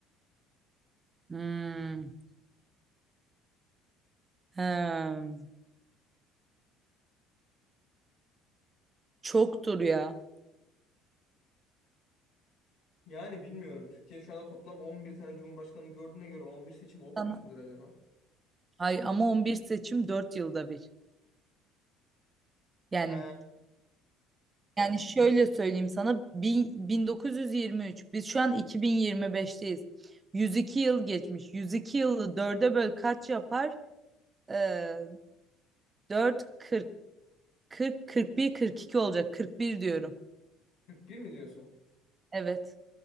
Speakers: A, on the right; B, on the left.
A: Hmm. Hem. Çoktur ya.
B: Yani bilmiyorum. Türkiye şu anda toplam 11 tane cumhurbaşkanı gördüğüne göre 11 seçim olmamış
A: Sana-
B: mıdır acaba?
A: Ay ama 11 seçim 4 yılda bir. Yani
B: He.
A: Yani şöyle söyleyeyim sana bin- 1923 biz şu an 2025'teyiz. 102 yıl geçmiş. 102 yılı dörde böl kaç yapar? Ee, 4, 40, 40, 41, 42 olacak. 41 diyorum.
B: kırk bir mi diyorsun?
A: Evet.